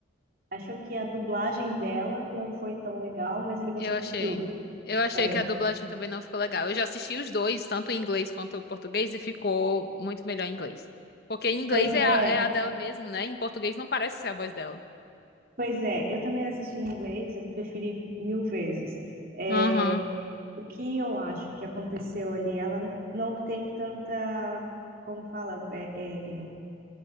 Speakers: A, on the right; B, on the left.
A: Achou que a dublagem dela não foi tão legal, mas ele gostou
B: Eu achei.
A: do filme.
B: Eu achei
A: É,
B: que a dublagem também não ficou legal. Eu já assisti os dois, tanto em inglês quanto em português, e ficou muito melhor em inglês. Porque em inglês
A: pois
B: é
A: é,
B: a, é a dela mesmo, né? Em português não parece ser a voz dela.
A: pois é. Eu também assisti em inglês, eu preferi mil vezes. É,
B: Aham.
A: o que eu acho que aconteceu ali, ela não tem tanta, como fala, é, é, é,